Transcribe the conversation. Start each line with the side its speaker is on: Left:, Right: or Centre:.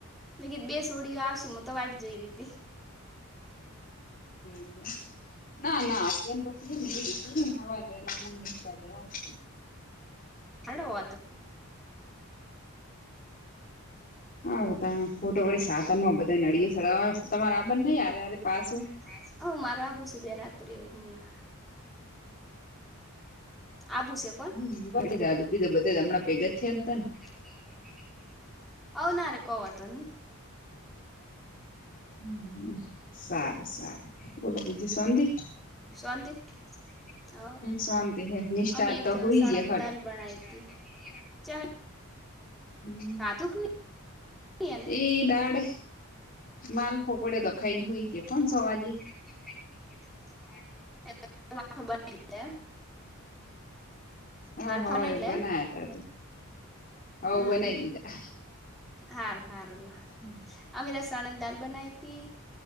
Centre: મે કીધું બે સોડીઓ આવશે મું તો વાટ જોઈ રી હતી.
Left: એવુ એમ ના ના આધ્યા <unintelligible>
Centre: હેડો <unintelligible>
Left: હારુ તાણ ખોટુ વડી સાધનમાં બધાને હડીએ સડાવા તમારે આબ્બાન નઈ હારે હારે પાસુ
Centre: <unintelligible> આબું શે
Left: હમ્મ વડી જાજુ બીજ બધા હમણાં ભેગા થયા હતા ને
Centre: <unintelligible>
Left: હમ્મ સારું સારું બોલો બીજી શોન્તી
Centre: શોન્તી હ
Left: શાંતિ હે નિષ્ઠા
Centre: અમે તો
Left: હોય
Centre: સણંદ
Left: હટ
Centre: દાલ બનાઈ હતી. ચ
Left: <inaudible>
Centre: ખાધું કે નહી
Left: ઈ દાડ માલફો પડ્યો તો ખઈને હુઈ ગયા કોન દાડે
Centre: <inaudible>
Left: હ
Centre: માલફા
Left: હવાર
Centre: નઈ દે
Left: બનાયા તા હઓ
Centre: હમ
Left: બનાવી દીધા.
Centre: હારું હારું લો
Left: <inaudible>
Centre: અમે આજ સણંદ દાલ બનાઈ હતી